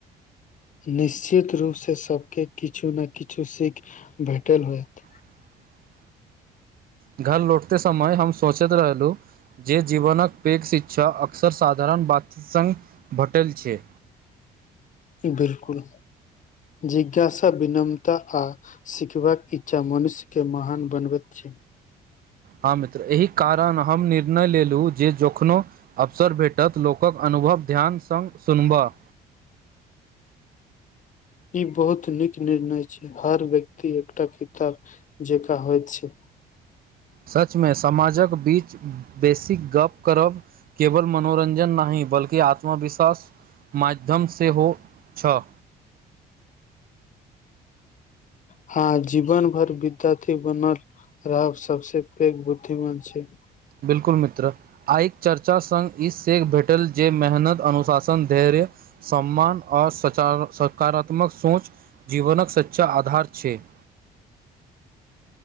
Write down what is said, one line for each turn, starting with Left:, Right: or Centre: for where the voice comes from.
Left: निश्चित रूपसे सबके किछु ने किछु सीख भेटल होयत
Right: <inaudible> घर लौटते समय हम सोचैत रहलु जे जीवनक पैघ शिक्षा अक्सर साधारण बात संग भेटल छै
Left: बिल्कुल जिज्ञासा विनम्रता आ सिखबाक इच्छा मनुष्य के महान बनबैत <unintelligible>
Right: हाँ मित्र एहि कारण हम निर्णय लेलु जे जखनो अवसर भेटत लोकक अन अनुभव ध्यान संग सुनबह
Left: ई बहुत नीक निर्णय छै हर व्यक्ति एकटा किताब जकाँ होइत छै
Right: सचमे समाजक बीच बेसिक गप करब केवल मनोरंजन नाहि बल्कि आत्मविश्वास माध्यम सेहो हो छ <inaudible>
Left: हाँ जीवन भर विद्यार्थी बनल रह सबसू पैघ बुद्धिमान छै
Right: बिल्कुल मित्र आइके चर्चा संग ई सेख भेटल जे मेहनत अनुशासन धैर्य सम्मान ओर सचारक सकारात्मक सोच जीवनक सच्चा आधार छै <inaudible>